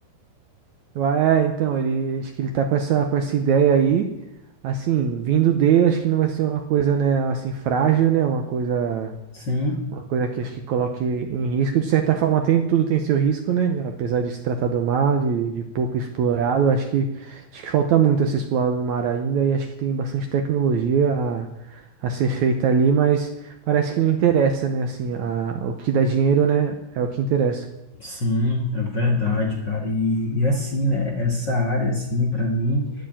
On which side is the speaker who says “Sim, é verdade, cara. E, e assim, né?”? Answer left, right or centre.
Left